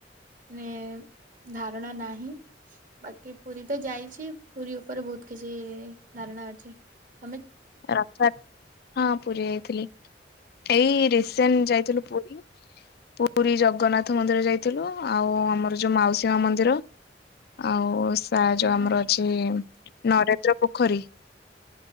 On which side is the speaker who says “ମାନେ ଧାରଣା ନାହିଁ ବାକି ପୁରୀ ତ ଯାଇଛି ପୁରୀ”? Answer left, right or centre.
Right